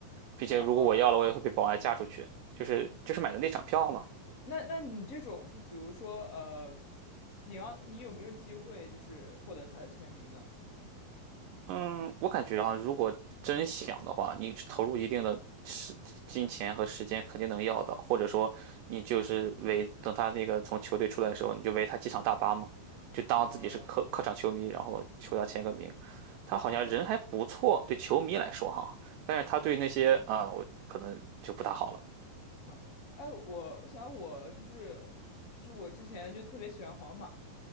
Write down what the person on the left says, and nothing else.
哦，
那那你这种，就比如说，呃，你要你有没有机会就是获得他的签名呢？
啊
啊，
哼，哎，我我想我就是就是我之前就特别喜欢皇马，